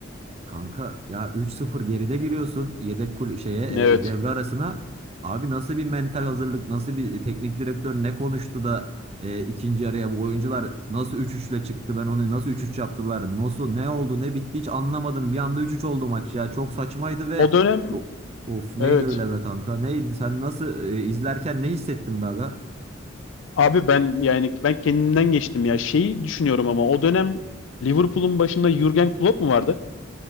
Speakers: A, on the right (about 30°); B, on the left (about 75°).
A: Kanka ya 3-0 geride giriyorsun yedek kul şeye
B: Evet.
A: e, devre arasına. Abi nasıl bir mental hazırlık, nasıl bir e, teknik direktör ne konuştu da e, ikinci araya bu oyuncular nasıl üç üçle çıktı? Ben onu nasıl üç üç yaptılar? Nasıl ne oldu, ne bitti hiç anlamadım. Bir anda üç üç oldu maç ya. Çok saçmaydı ve
B: O dönem
A: o- of neydi
B: evet.
A: öyle be kanka? Neydi? Sen nasıl e, izlerken ne hissettin be aga?
B: Abi ben yani ben kendimden geçtim ya. Şeyi düşünüyorum ama o dönem Liverpool'un başında Jürgen Klopp mu vardı?